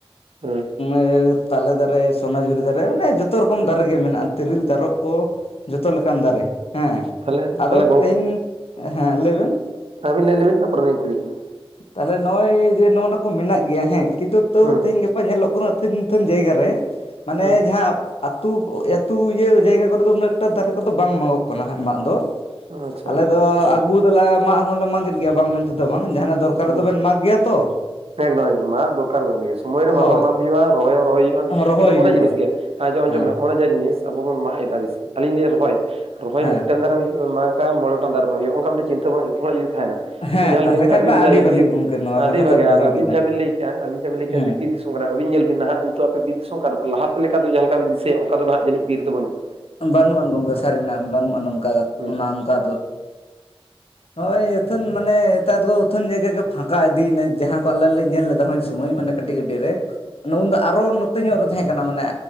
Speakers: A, on the right; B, on the left.
A: ᱦᱩᱸ
B: ᱮ ᱛᱟᱞᱮ ᱫᱟᱨᱮ ᱥᱚᱱᱟᱡᱷᱩᱨᱤ ᱫᱟᱨᱮ ᱢᱟᱱᱮ ᱡᱚᱛᱚ ᱨᱚᱠᱚᱢ ᱫᱟᱨᱮ ᱜᱮ ᱢᱮᱱᱟᱜᱼᱟ ᱛᱤᱨᱤᱞ ᱛᱟᱨᱚᱵ ᱠᱚ ᱡᱚᱛᱚ ᱞᱮᱠᱟᱱ ᱫᱟᱨᱮ ᱦᱮᱸ
A: ᱛᱟᱦᱞᱮ
B: ᱟᱫᱚ
A: ᱛᱟᱦᱞᱮ
B: ᱛᱮᱦᱮᱧ ᱦᱮᱸ ᱞᱟᱹᱭ ᱵᱮᱱ?
A: ᱟᱵᱤᱱ ᱞᱟᱹᱭ ᱞᱮᱵᱤᱱ ᱛᱟᱨᱯᱚᱨᱮ ᱞᱤᱧ ᱠᱩᱞᱤᱭᱮᱫ ᱵᱤᱱᱟ
B: ᱛᱟᱦᱚᱞᱮ ᱱᱚᱜᱼᱚᱭ ᱡᱮ ᱱᱚᱜᱼᱚ ᱱᱟ ᱠᱚ ᱢᱮᱱᱟᱜ ᱜᱮᱭᱟ ᱦᱮᱸ ᱠᱤᱱᱛᱩ ᱛᱟᱹᱣ
A: ᱦᱩᱸ
B: ᱛᱮᱦᱮᱧ ᱜᱟᱯᱼᱼ ᱯᱟ ᱧᱮᱞᱚᱜ ᱠᱟᱱᱟ ᱤᱛᱟᱹᱱ ᱤᱛᱟᱹᱱ ᱡᱟᱭᱜᱟ ᱨᱮ ᱢᱟᱱᱮ
A: ᱦᱩᱸ
B: ᱡᱟᱦᱟᱸᱼᱼ ᱟᱹᱛᱩ ᱟᱹᱛᱩ ᱤᱭᱟᱹ ᱡᱟᱭᱜᱟ ᱠᱚᱨᱮᱫ ᱫᱚ ᱩᱱᱟᱹᱜ ᱮᱠᱴᱟ ᱫᱟᱨᱮ ᱠᱚᱫᱚ ᱵᱟᱝ ᱢᱟᱜᱚᱜ ᱠᱟᱱᱟ ᱦᱟᱸᱜ ᱢᱟᱜ ᱫᱚ
A: ᱟᱪᱪᱷᱟ
B: ᱟᱞᱮ
A: ᱟᱪᱪᱷᱟ
B: ᱫᱚ ᱟᱹᱜᱩ ᱫᱟᱞᱮ ᱢᱟᱜ ᱦᱚᱸᱞᱮ ᱢᱟᱸᱜᱮᱫ ᱜᱮᱭᱟ ᱵᱟᱝ ᱢᱮᱱᱼᱼ ᱛᱮᱫᱚ ᱵᱟᱝ ᱡᱟᱦᱟᱱᱟᱜ ᱫᱚᱨᱠᱟᱨ
A: ᱦᱩᱸ
B: ᱨᱮᱫᱚ ᱵᱮᱱ ᱢᱟᱜᱽ ᱜᱮᱭᱟ ᱛᱚ
A: ᱮᱠᱫᱚᱢ ᱮᱠᱫᱚᱢ ᱢᱟᱜ ᱫᱚᱨᱠᱟᱨ ᱵᱮᱱ ᱜᱮᱼᱼ ᱥᱚᱢᱚᱭ ᱨᱮ ᱢᱟᱜ
B: ᱦᱳᱭ
A: ᱦᱚᱸ ᱢᱟᱜ ᱦᱩᱭᱩᱜᱼᱟ ᱨᱚᱦᱚᱭ ᱦᱚᱸ ᱨᱚᱦᱚᱭ ᱦᱩᱭᱩᱜᱼᱟ
B: ᱨᱚᱦᱚᱭ
A: ᱠᱤᱱᱛᱩ
B: ᱦᱩᱭᱩᱜᱼᱟ
A: ᱚᱱᱟ ᱡᱤᱱᱤᱥ ᱜᱮ ᱟᱸᱡ ᱟᱸᱡᱚᱢ
B: ᱦᱮᱸ
A: ᱢᱮ ᱚᱱᱟ ᱡᱟᱦᱟᱸ ᱡᱤᱱᱤᱥᱼᱼ ᱟᱵᱚ ᱵᱚᱱ ᱢᱟᱜ ᱮᱫᱟ ᱵᱮᱥᱤ ᱟᱞᱤᱧ ᱞᱤᱧ ᱨᱚᱦᱚᱭ ᱨᱚᱦᱚᱭ
B: ᱦᱮᱸ
A: ᱢᱤᱫᱴᱮᱱ ᱫᱟᱨᱮᱢ ᱢᱟᱜᱼᱼ ᱠᱷᱟᱱ ᱢᱚᱬᱮᱜᱚᱴᱮᱱ ᱫᱟᱨᱮ ᱨᱚᱦᱚᱭ ᱦᱩᱭᱩᱜᱼᱟ ᱚᱱᱠᱟ ᱢᱤᱴᱤᱡ ᱪᱤᱱᱛᱟᱹ ᱵᱷᱟᱵᱱᱟ ᱦᱚᱲᱟᱜ ᱡᱩᱫᱤ ᱛᱟᱦᱮᱱᱟᱼᱼ
B: ᱦᱮᱸ
A: ᱱᱤᱛᱚᱜ ᱧᱮᱞ
B: ᱛᱟᱦᱚᱞᱮ
A: ᱵᱤᱱ
B: ᱠᱷᱟᱡ
A: ᱟᱹᱵᱤᱱ
B: ᱢᱟ
A: ᱡᱟᱸᱦᱟ
B: ᱟᱹᱰᱤ ᱵᱷᱟᱹᱞᱤ ᱜᱚᱢᱠᱮ ᱱᱚᱣᱟ
A: <unintelligible> ᱟᱹᱰᱤ
B: ᱠᱟᱛᱷᱟ
A: ᱵᱷᱟᱜᱮ
B: ᱵᱮᱱ
A: ᱟᱨᱼᱼ
B: ᱞᱟᱹᱭ
A: ᱟᱵᱤᱱ
B: ᱠᱮᱫᱟ
A: ᱡᱟᱦᱟᱸ ᱵᱤᱱ ᱞᱮᱭ ᱠᱮᱫᱼᱟ ᱟᱵᱤᱱ ᱡᱟᱦᱟᱸᱵᱤᱱ ᱞᱮᱭ ᱠᱮᱫᱼᱟ
B: ᱦᱮᱸ
A: ᱡᱮ ᱵᱤᱨ ᱫᱤᱥᱚᱢ ᱠᱟᱱᱟ ᱯᱮ ᱟᱵᱤᱱ ᱧᱮᱞᱵᱤᱱ ᱱᱟᱦᱟᱸᱜ ᱱᱤᱛᱚᱜ ᱟᱯᱮ ᱵᱤᱨ ᱫᱤᱥᱚᱢ ᱠᱟᱱᱟ ᱯᱮ ᱞᱟᱦᱟᱼᱼ ᱞᱮᱠᱟ ᱫᱚ ᱡᱟᱦᱟ ᱞᱮᱠᱟᱢ ᱵᱤᱱ ᱫᱤᱥᱟᱹᱭᱟ ᱚᱱᱠᱟ ᱫᱚᱱᱦᱟᱜ ᱡᱟᱹᱱᱤᱡ ᱵᱤᱨ ᱫᱚ ᱵᱟᱹᱱᱩᱜ-ᱟ᱾
B: ᱵᱟᱹᱱᱩᱜ-ᱟᱱ ᱜᱚᱝᱠᱮ ᱥᱟᱹᱨᱤᱱᱟᱜ ᱵᱟᱹᱱᱩᱜ-ᱟᱱ ᱚᱱᱠᱟ
A: ᱦᱩᱸ
B: ᱚᱱᱟ ᱚᱱᱠᱟ ᱫᱚ᱾ ᱱᱚᱜ-ᱚᱭ ᱟᱹᱛᱷᱟᱹᱱ ᱢᱟᱱᱮ ᱱᱮᱛᱟᱨ ᱫᱚ ᱩᱛᱷᱟᱹᱱ ᱡᱟᱭᱜᱟ ᱜᱮ ᱯᱷᱟᱸᱠᱟ ᱤᱫᱤᱭ ᱱᱟ ᱡᱟᱦᱟᱸ ᱠᱚ ᱟᱞᱮ ᱞᱮ ᱧᱮᱞ ᱞᱮᱫᱟ ᱦᱚᱧ ᱥᱩᱢᱚᱭ ᱢᱟᱱᱮ ᱠᱟᱹᱴᱤᱡ ᱠᱟᱹᱴᱤᱡ ᱨᱮ ᱱᱮ ᱩᱱᱫᱚ ᱟᱨᱚ ᱱᱚᱛᱮ ᱧᱚᱜ ᱨᱮ ᱛᱟᱦᱮᱸ ᱠᱟᱱᱟ ᱢᱟᱱᱮ